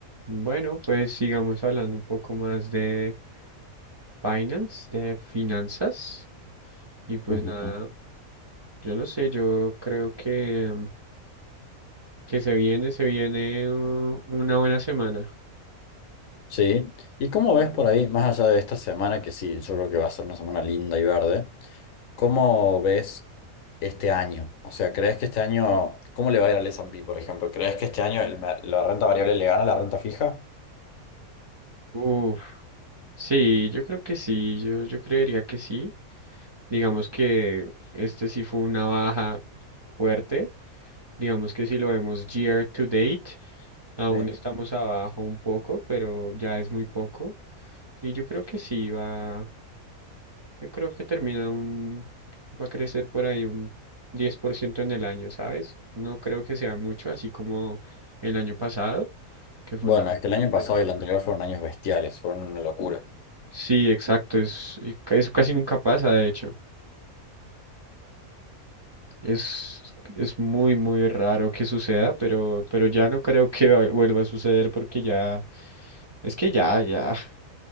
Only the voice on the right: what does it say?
Bueno, pues sigamos hablando un poco más de finance, de finanzas. Y pues
nada, yo no sé, yo creo que, que se viene, se viene uh, una buena semana.
Uf, sí, yo creo que sí, yo, yo creería que sí. Digamos que este sí fue una baja fuerte. Digamos que si lo vemos year to date, aún
estamos abajo un poco, pero ya es muy poco. Y yo creo que sí va. Yo creo que termina un, va a crecer por ahí un 10% en el año, ¿sabes? No creo que sea mucho, así como el año pasado, que fue
una locura,
pero...
Sí, exacto, es, y ca- eso casi nunca pasa, de hecho. Es, es muy, muy raro que suceda, pero, pero ya no creo que va- vuelva a suceder porque ya, es que ya, ya, <laughs>